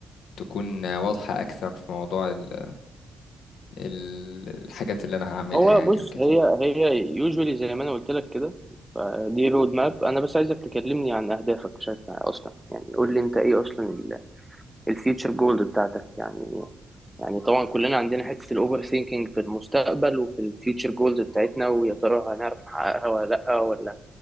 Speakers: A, on the left; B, in the centre.
A: تكون واضحة أكثر في موضوع ال... ال... الحاجات اللي أنا هعملها
B: هو
A: يعني
B: بص
A: وكده
B: هي هي يوجولي زي ما انا قلت لك كده فدي رود ماب انا بس عايزك تكلمني عن اهدافك بشكل اصلا يعني قول لي انت ايه اصلا الفيوتشر جولز بتاعتك يعني يعني طبعا كلنا عندنا حته الاوفر ثينكينج في المستقبل وفي الفيوتشر جولز بتاعتنا ويا ترى هنعرف نحققها ولا لا ولا